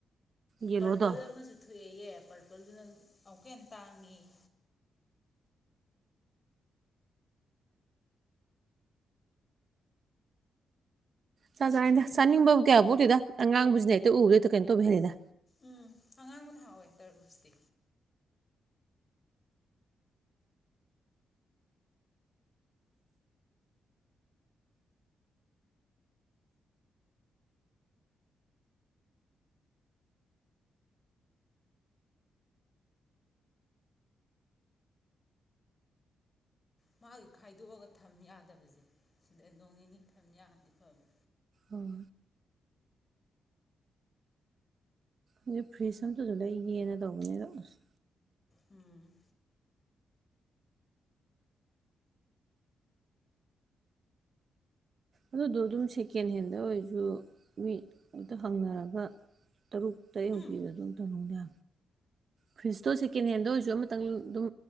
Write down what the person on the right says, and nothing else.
ꯌꯦꯜꯂꯣꯗꯣ
ꯆꯥꯛ ꯆꯥꯗ ꯆꯥꯅꯤꯡꯕ ꯀꯌꯥ ꯄꯣꯛꯇꯦꯗ ꯑꯉꯥꯡꯕꯁꯤꯅ ꯍꯦꯛꯇ ꯎꯕꯗ ꯀꯩꯅꯣ ꯇꯧꯕ ꯍꯦꯜꯂꯦꯗ
ꯑꯣ ꯑꯗꯨ ꯐ꯭ꯔꯤꯖ ꯑꯝꯇꯁꯨ ꯂꯩꯒꯦꯅ ꯇꯧꯕꯅꯦ ꯑꯗꯣ ꯑꯁ
ꯑꯗꯨꯗꯣ ꯑꯗꯨꯝ ꯁꯦꯀꯦꯟ ꯍꯦꯟꯗ ꯑꯣꯏꯔꯁꯨ ꯃꯤ ꯑꯝꯇ ꯍꯪꯅꯔꯒ ꯇꯔꯨꯛ ꯇꯔꯦꯠ
ꯌꯧꯕꯤꯕ ꯑꯗꯨꯝ ꯇꯧꯅꯤꯡ ꯌꯥ ꯐꯔꯤꯁꯇꯣ ꯁꯦꯀꯦꯟ ꯍꯦꯟꯗ ꯑꯣꯏꯔꯁꯨ ꯑꯃꯇꯪ ꯑꯗꯨꯝ